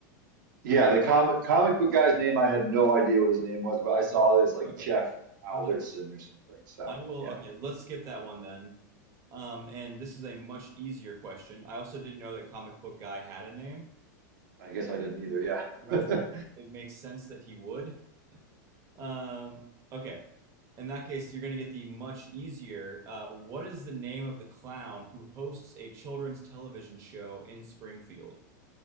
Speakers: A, on the right; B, on the right.
A: Yeah, the comic comic book guy's name I had no idea what his name was, but I saw this like
B: Okay.
A: Jeff Alderson
B: Uh,
A: or something. So
B: I will.
A: yeah,
B: Okay, let's skip that one then. Um, and this is a much easier question. I also didn't know that Comic Book Guy had a name.
A: I guess I didn't either. Yeah.
B: In retrospect,
A: <laughs>
B: it makes sense that he would. Um, okay. In that case, you're going to get the much easier. Uh, what is the name of the clown who hosts a children's television show in Springfield?